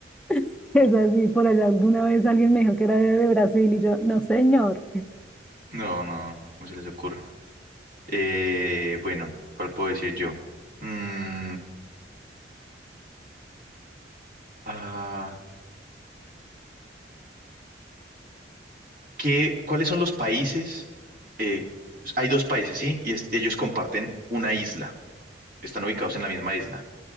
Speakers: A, in the centre; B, on the right (about 50°).
A: <laughs> Es así, por allá alguna vez alguien me dijo que era de Brasil y yo, no señor,
B: No, no, no se les ocurre. Eh, bueno, ¿cuál puedo decir yo? Mm, ah, ¿qué, cuáles son los países? Eh, hay dos países, ¿sí? Y es- ellos comparten una isla. Están ubicados en la misma isla.